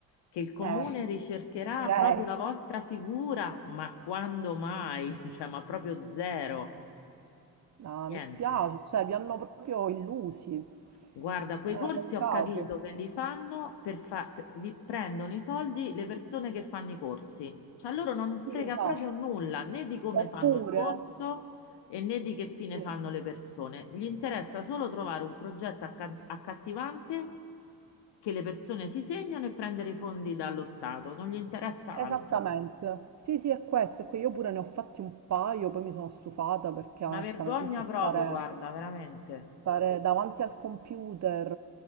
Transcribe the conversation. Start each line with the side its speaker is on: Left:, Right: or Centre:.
Left: che il comune
Right: Eh,
Left: ricercherà
Right: direi...
Left: proprio la vostra figura, ma quando mai? <laughs> Cioè, ma proprio zero,
Right: No,
Left: niente.
Right: mi spiace, cioè vi hanno proprio illusi.
Left: Guarda, quei
Right: Eh,
Left: corsi
Right: peccato.
Left: ho capito che li fanno per fa- li prendono i soldi le persone che fanno i corsi. Cioè a loro non
Right: Sì,
Left: frega
Right: esatto.
Left: proprio nulla né di come
Right: Oppure...
Left: fanno il corso e né di che fine
Right: sì,
Left: fanno le persone. Gli interessa solo
Right: sì,
Left: trovare
Right: sì.
Left: un progetto acca- accattivante che le persone si segnano e prendere i fondi dallo Stato. Non gli interessa
Right: Esattamente.
Left: altro.
Right: Sì, sì, è questo. è que- Io pure ne ho fatti un paio, poi mi sono stufata perché
Left: Una
Right: onestamente
Left: vergogna
Right: stare,
Left: proprio, guarda, veramente.
Right: stare davanti al computer